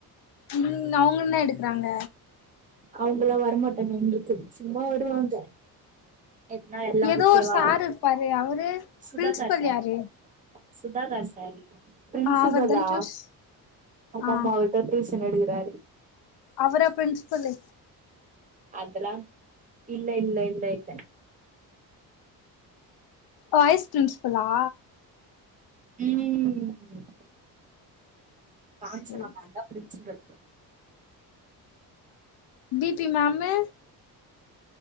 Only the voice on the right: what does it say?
அவுங்கெல்லா வரமாட்டாங்க எங்ளுக்கு சும்மா வருவாங்க எப்புன்னா எல்லா
ஓகேவா
சுதாகர்
சாரு
சுதாகர் சாரு பிரின்சிபலா
ஆமாம்மா
அவரு டியூசன் எடுக்குறாரு
அதுல்லா இல்ல இல்ல இல்ல இல்ல
ம் காஞ்சனா
மேம்தா பிரின்ஸ்சிபல்